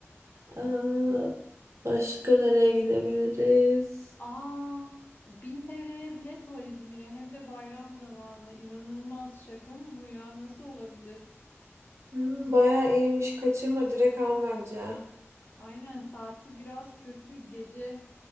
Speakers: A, on the right (about 70°); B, on the left (about 40°).
A: Ee,
B: Hı.
A: başka nereye gidebiliriz?
B: Aa 1000 TL'ye bilet var İzmir'e hem de bayram zamanı. İnanılmaz şaka mı bu ya? Nasıl olabilir?
A: Hmm, bayağı iyiymiş. Kaçırma direkt al bence.
B: Aynen saati biraz kötü gece